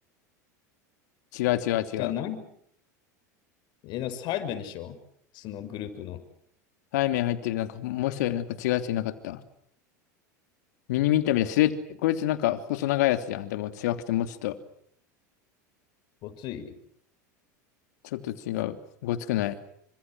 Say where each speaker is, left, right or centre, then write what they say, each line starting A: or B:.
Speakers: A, on the left (about 70°); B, on the left (about 55°).
A: 違う違う違う。
B: てか、なん、えー、サイドベンでしょそのグループの。
A: タイ麺入ってる、なんかもう一人なんか違うやついなかった。ミニミンタみたいな、すれ、こいつなんか細長いやつじゃん。でも違くてもうちょっと、
B: ごつい。
A: ちょっと違う。ごつくない。